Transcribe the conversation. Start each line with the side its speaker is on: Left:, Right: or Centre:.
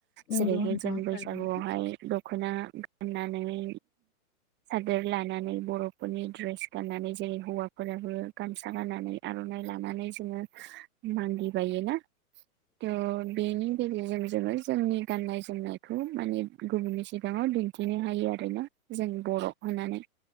Left: नंगौ
Right: जेरैहाय
Left: नोंथां
Right: जों बैसागुआवहाय
Left: थारैनो
Right: दख'ना गाननानै सादोर लानानै बर'फोरनि द्रेस गाननानै जेरै हौवाफोराबो गामसा गानानै आर'नाइ लानानै जोङो मालि बायो ना
Left: द
Right: थ' बेनि गेजेरजों जोङो जोंनि गाननाय जोमनायखौ माने गुबुननि सिगाङाव दिन्थिनो हायो आरोना जों बर' होननानै